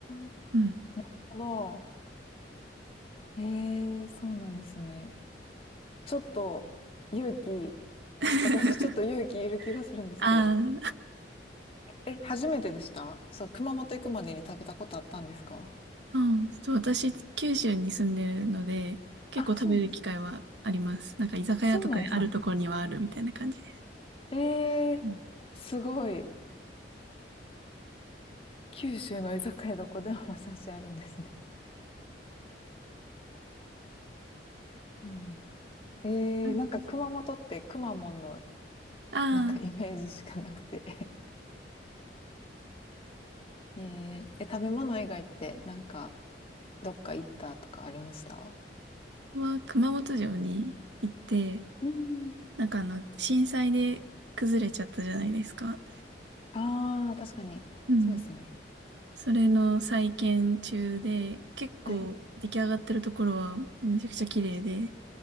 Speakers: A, on the left; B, on the right.
A: あー、なる
B: うん。
A: ほど。ええー、そうなんですね。ちょっと勇気、
B: <laughs>
A: 私ちょっと勇気いる気がするんですけど。
B: ああ、<laughs>
A: え、初めてでしたそう、熊本行くまでに食べたことあったんですか
B: うん、ちょっと私、九州に住んでるので、結構食べる機会はあります。
A: あ、そうなんです。
B: なんか居酒屋とかであるところにはあるみたいな感じです。
A: あ、そうなんですね。ええー、
B: うん
A: すごい。九州の居酒屋どこでも馬刺しあるんですね。うんえー、
B: あ
A: なんか熊本ってくまモンの
B: <laughs> あ
A: なんかイメージしかなくて <laughs> えー、え、食べ物以外ってなんかどっか行ったとかありました
B: は熊本城に行って、
A: うん
B: なんかあの、震災で崩れちゃったじゃないですか。
A: ああー、確かに。
B: うん。
A: そうですね。
B: それの再建中で、結構出来上がってるところはめちゃくちゃ綺麗で、
A: はい。